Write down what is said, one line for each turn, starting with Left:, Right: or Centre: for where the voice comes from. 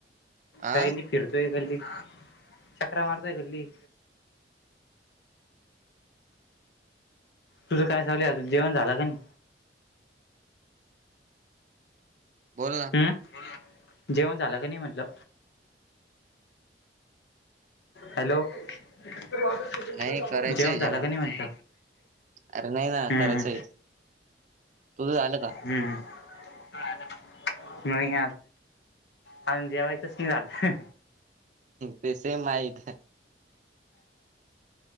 Right: आ
Left: काही फिरतोय गल्लीत चकऱ्या मारतोय गल्लीत. तुझं काय झालंय अजून जेवन झालं का नाही?
Right: बोल ना
Left: ह जेवण झालं का नाही म्हटलं? हॅलो जेवण
Right: नाही करायचंय
Left: झालं
Right: जेवण
Left: का नाही म्हणत
Right: अरे नाही ना
Left: हम्म
Right: करायचंय
Left: हम्म.
Right: तुझं झालं का?
Left: हम्म म नाही अ जेवायचंच नाही झालं.
Right: ते सेम माया इथ